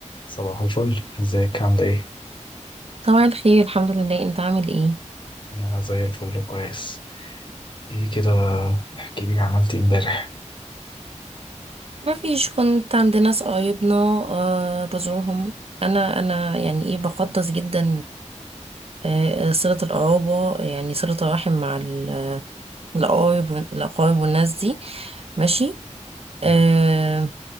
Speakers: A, on the left; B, on the right.
A: صباح الفل ازيك عاملة ايه؟
B: طبعا خير الحمد لله انت عامل ايه
A: أنا زي الفل كويس ايه كده احكي لي عملت ايه امبارح
B: ما فيش كنت عند ناس قرايبنا آه بزورهم انا انا يعني ايه بقدس جدا آه آه، صلة القرابة يعني صلة الرحم مع ال- القرايب وال- الاقارب والناس دي ماشي آه
A: مم.